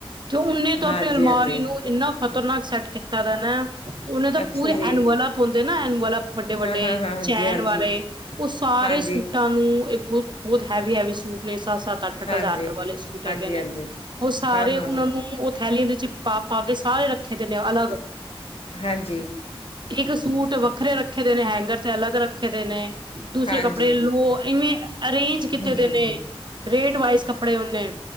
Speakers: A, on the right (about 50°); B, on the left (about 70°).
A: ਤੇ ਉਹਨੇ ਤਾਂ,
B: ਹਾਂਜੀ
A: ਆਪਣੀ ਅਲਮਾਰੀ
B: ਹਾਂਜੀ
A: ਨੂੰ, ਇੰਨਾ। ਖ਼ਤਰਨਾਕ ਸੈੱਟ, ਕੀਤਾ ਦਾ, ਨਾ। ਉਹਨੇ ਤਾਂ
B: ਅੱਛਾ
A: ਪੂਰੇ
B: ਜੀ
A: ਐਨਵਲਪ ਹੋਂਣ ਦੇ ਨਾ ਐਨਵਲਪ। ਵੱਡੇ- ਵੱਡੇ,
B: ਹਾਂ ਹਾਂ ਹਾਂ ਹਾਂਜੀ
A: ਚੈਨ
B: ਹਾਂਜੀ
A: ਵਾਲੇ, ਉਹ ਸਾਰੇ।
B: ਹਾਂਜੀ
A: ੂਟਾਂ ਨੂੰ ਇਹ ਬਹੁਤ- ਬਹੁਤ, ਹੈਵੀ- ਹੈਵੀ, ਸੂਟ ਨੇ ਸੱਤ, ਸੱਤ। ਅੱਠ-ਅੱਠ
B: ਹਾਂਜੀ
A: ਹਜ਼ਾਰ ਵਾਲੇ ਸੂਟ ਹੈਗੇ
B: ਹਾਂਜੀ
A: ਨੇ
B: ਹਾਂਜੀ
A: ਉਹ ਸਾਰੇ
B: ਹਾਂ ਹਾਂ
A: ਉਹਨਾਂ
B: ਹਾਂ
A: ਨੂੰ ਥੈਲੀਆਂ ਦੇ ਵਿੱਚ ਪਾ ਪਾ ਕੇ ਸਾਰੇ ਰੱਖੇ ਦੇ ਨੇ ਅਲੱਗ
B: ਹਾਂਜੀ,
A: ਇੱਕ ਸੂਟ ਵੱਖਰੇ ਰੱਖੇ ਦੇ ਨੇ ਹੈਂਗਰ ਤੇ ਅਲੱਗ ਰੱਖੇ ਦੇ ਨੇ ਦੂਸਰੇ
B: ਹਾਂਜੀ
A: ਕੱਪੜੇ ਉਹ ਇਵੇਂ ਅਰੇਂਜ ਕੀਤੇ
B: ਹਮ
A: ਦੇ
B: ਹਮ
A: ਨੇ
B: ਹਮ
A: ਰੇਟ ਵਾਇੰਜ ਕੱਪੜੇ ਓਨੇ